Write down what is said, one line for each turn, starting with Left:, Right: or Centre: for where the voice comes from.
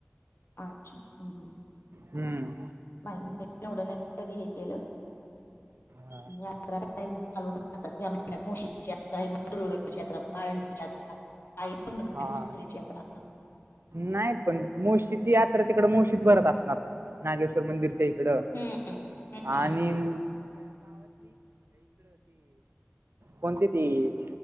Left: अच्छा्ढ
Right: हम्म.
Left: नाही कधी हे केलं.
Right: हा.
Left: यात्रा काम चालू राात ह्या महिन्यात मुशीची यात्रा मुगाची यात्रा बाळची यात्रा आई पण
Right: हा
Left: बोसरीची यात्रा.
Right: नाही पण मुशीची यात्रा तिकड मुशीत भरत असणार नागेश्वर मंदिरच्या इकडं.
Left: हम्म. हम्म.
Right: आणिन कोणती ती